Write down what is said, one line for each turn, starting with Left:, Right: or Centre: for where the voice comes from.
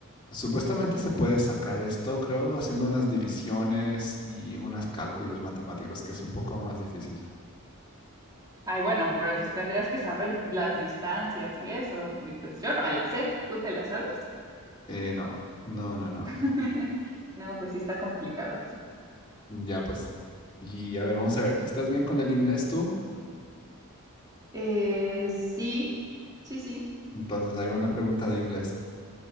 Left: Supuestamente se puede sacar esto, creo, haciendo unas divisiones y unos cálculos matemáticos, que es un poco más difícil.
Right: Ay, bueno, pero pues tendrías que saber las distancias y eso. Y pues yo no me las sé, ¿tú te las sabes?
Left: Eh, no, no, no, no.
Right: <laughs> No, pues sí está complicado.
Left: Ya pues. Y a ver, vamos a ver. ¿Estás bien con el inglés tú?
Right: Eh, sí, sí, sí.
Left: Entonces, ahí va una pregunta de inglés.